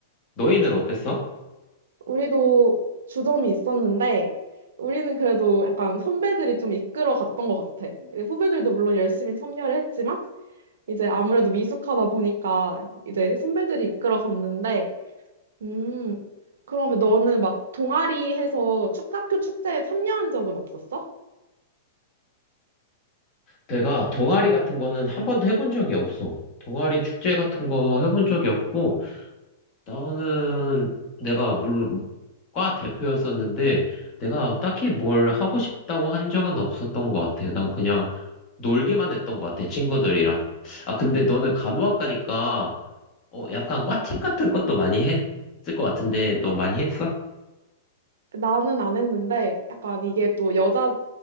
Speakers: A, on the left; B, on the right.
A: 너희는 어땠어?
B: 우리도 주점이 있었는데, 우리는 그래도 약간 선배들이 좀 이끌어 갔던 것 같아. 후배들도 물론 열심히 참여를 했지만, 이제 아무래도 미숙하다 보니까 이제 선배들이 이끌어 갔는데, 음, 그러면 너는 막 동아리 해서 축, 학교 축제에 참여한 적은 없었어?
A: 내가 동아리 같은 거는 한 번도 해본 적이 없어. 동아리 축제 같은 거 해본 적이 없고, 나는 내가 물론 과 대표였었는데 내가 딱히 뭘 하고 싶다고 한 적은 없었던 것 같아요. 난 그냥 놀기만 했던 것 같아, 친구들이랑. 아, 근데 너는 간호학과니까 어, 약간 과팅 같은 것도 많이 했을 것 같은데 너 많이 했어?
B: 나는 안 했는데 약간 이게 또 여자